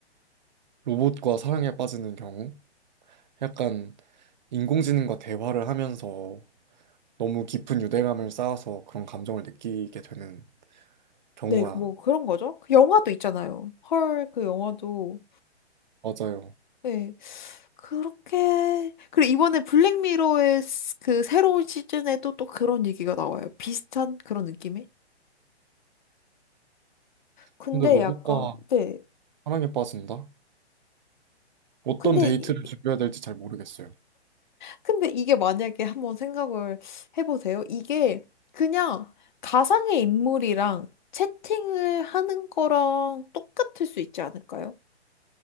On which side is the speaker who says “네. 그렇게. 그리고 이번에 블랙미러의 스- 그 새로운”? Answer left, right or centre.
Left